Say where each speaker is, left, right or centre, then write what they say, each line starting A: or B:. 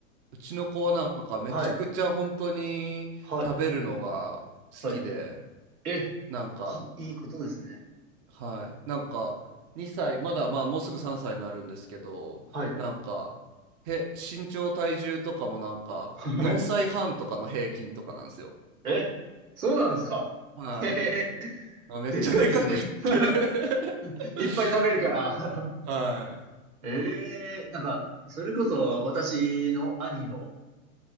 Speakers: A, on the right (about 35°); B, on the right (about 80°).
A: うちの子はなんかめちゃくちゃ本当に食べるのが好きで、
B: はい。はい。はい。え、
A: なんか
B: いいいことですね。
A: はい。なんか、2歳、まだまあもうすぐ3歳になるんですけど、
B: はい。
A: なんか、へ、身長体重とかもなんか、
B: <laughs>
A: 4歳半とかの平均とかなんですよ。
B: え、そうなんですか。
A: は
B: <laughs> へへへ、
A: い。あ、めっちゃでかくって
B: でっかいですね。<laughs>
A: <laughs>
B: いっぱい食べるから。
A: はい。
B: <laughs> ええなんか、それこそ私の兄の